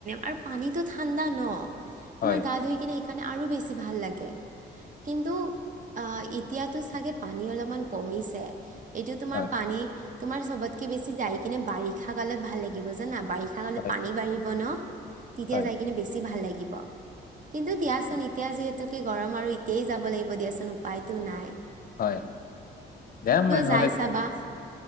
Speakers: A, on the right; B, on the left.
A: আৰু পানীতটো ঠাণ্ডা ন তোমাৰ
B: হয়
A: গা ধুই কিনে সেইকাৰণে আৰু বেছি ভাল লাগে। কিন্তু আহ এতিয়াতো চাগে পানী অলপমান কমিছে। এইটো তোমাৰ
B: হয়
A: পানী তোমাৰ চবতকে বেছি যাই কিনে বাৰিষা কালত ভাল লাগিব জানা বাৰিষা কালত
B: হয়
A: পানী বাঢ়িব ন তেতিয়া
B: হয়
A: যাই কিনে বেছি ভাল লাগিব। কিন্তু দিয়াচোন
B: আচ্ছা
A: এতিয়া যিহেতুকে গৰম আৰু এতিয় যাব লাগিব দিয়াচোন উপায়তো নাই।
B: হয় হয় যাম।
A: যায় চাবা